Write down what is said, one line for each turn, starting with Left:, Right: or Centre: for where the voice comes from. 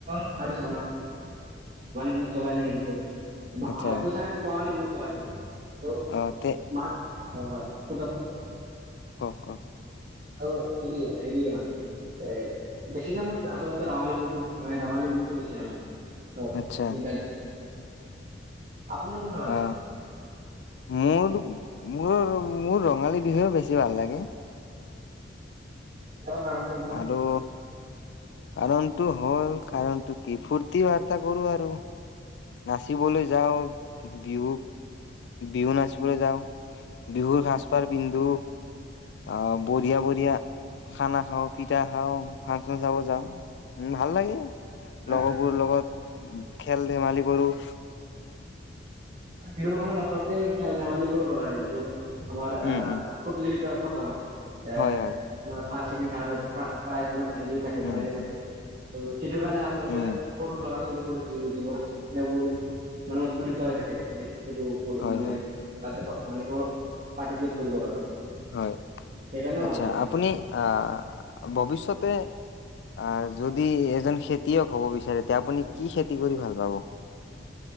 Right: <unintelligible> ভোগালী বিহুত জ্বলাই নে হেৰিত জ্বলাই।
Left: আচ্ছা
Right: হয়তো চাগে, কঙালী বিহুত জ্বলাই চাগে। ত'
Left: অ তে
Right: মাৰ, হয় হয়। সোধক চোন?
Left: কওঁক!
Right: অ'! হেৰি, হেৰি মানে, এ, বেছিকে মোৰ আৰু এটা ৰঙালী বিহুটো মানে, ৰঙালী বিহুটো বেছি ভাল লাগে।
Left: আচ্ছা
Right: তিনটাৰ ভিতৰত, আপোনাৰ কোনটো ভাল
Left: অ
Right: লাগে?
Left: মোৰ, মোৰ, মোৰ ৰঙালী বিহুৱে বেছি ভাল লাগে।
Right: তাৰ কাৰণটো আপোনাৰ?
Left: আৰু কাৰণটো হ'ল, কাৰণটো কি ফূৰ্তি -ফাৰ্তা কৰোঁ আৰু। নাচিবলৈ যাওঁ। বিহু, বিহু নাচিবলৈ যাওঁ। বিহুৰ সাজপাৰ পিন্ধো, আঁ বঢ়িয়া, বঢ়িয়া। খানা খাওঁ, পিঠা খাওঁ, ফাংচন চাব যাওঁ, উম! ভাল লাগে। লগৰবোৰৰ
Right: হয়।
Left: লগত খেল ধেমালি কৰোঁ।
Right: আৰু বিহুৰ সময়ত আচলতে, খেল ধেমালিবোৰো কৰা হয়। যিটো আমাৰ আঁ
Left: উম উম
Right: প্ৰতিযোগিতা পতা হয়। আঁ
Left: হয় হয়
Right: মানে, ফাৰ্ষ্ট, ছেকেণ্ড, থাৰ্ড হয়। প্ৰাইজ, হেৰিও থাকে,
Left: উম
Right: প্ৰাইজো থাকে।
Left: উম
Right: ত' সেইটো কাৰণে, ‌ আচলতে
Left: উম
Right: সৰু ল'ৰা, ছোৱালীবোৰ যি যিবোৰ আছে, তেওঁবোৰ মানে, উৎফুল্লিত হৈ থাকে। থাকে। সেইটো
Left: হয়
Right: মানে,
Left: হয়
Right: তাতে মানে, কি হ'ব পাৰ্টিচিপেট কৰিব।
Left: হয়।
Right: সেইকাৰণেও
Left: আচ্ছা!
Right: ভাল লাগে আচলতে
Left: আপুনি আহ ভৱিষ্যতে আঁ যদি এজন খেতিয়ক হ'ব বিচাৰে, তেতিয়া আপুনি কি খেতি কৰি ভাল পাব?